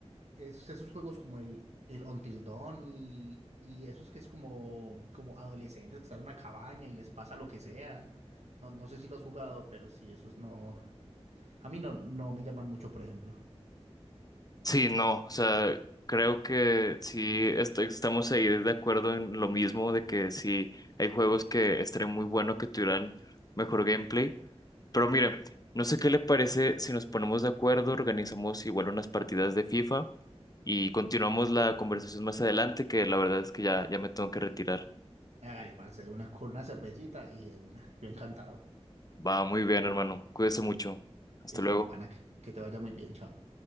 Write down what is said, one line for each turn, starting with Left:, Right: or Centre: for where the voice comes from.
Right: Es, esos juegos como el, el Until Dawn y, y esos que es como, como adolescentes que están en una cabaña y les pasa lo que sea. No, no sé si lo has jugado, pero sí, esos no. A mí no, no me llaman mucho, por ejemplo.
Left: Sí, no, o sea, creo que sí est- estamos ahí de acuerdo en lo mismo de que sí hay juegos que estaría muy bueno que tuvieran mejor gameplay. Pero mira, no sé qué le parece si nos ponemos de acuerdo, organizamos igual unas partidas de FIFA y continuamos la conversación más adelante, que la verdad es que ya, ya me tengo que retirar.
Right: Hágale, parce, de una con una cervecita y de una. Yo encantado.
Left: Va muy bien, hermano. Cuídese mucho. Hasta
Right: Listo,
Left: luego.
Right: mi pana, que que te vaya muy bien, chao.